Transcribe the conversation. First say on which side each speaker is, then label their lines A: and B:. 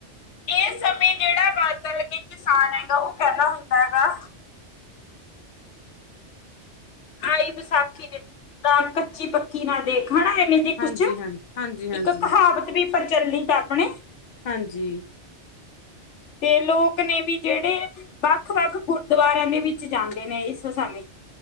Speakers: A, on the left; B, on the left.
A: ਇਸ ਸਮੇਂ ਜਿਹੜਾ ਬਾਦਲ ਕੇ ਕਿਸਾਨ ਹੈਗਾ, ਉਹ ਕਹਿੰਦਾ ਹੁੰਦਾ ਗਾ। ਆਈ ਵਿਸਾਖੀ ਤੇ ਕੱਚੀ ਪੱਕੀ ਨਾ ਦੇਖ। ਹਨਾ ਇਹੇ ਜੇ
B: ਹਾਂਜੀ,
A: ਕੁਛ ਇੱਕ
B: ਹਾਂ, ਹਾਂਜੀ, ਹਾਂਜੀ,
A: ਕਹਾਵਤ ਵੀ ਪ੍ਰਚੱਲਤ ਹੈ, ਆਪਣੇ।
B: ਹਾਂਜੀ।
A: ਤੇ ਲੋਕ ਨੇ ਵੀ ਜਿਹੜੇ ਵੱਖ ਵੱਖ ਗੁਰਦੁਆਰਿਆਂ ਦੇ ਵਿੱਚ ਜਾਂਦੇ ਨੇ ਇਸ ਸਮੇਂ।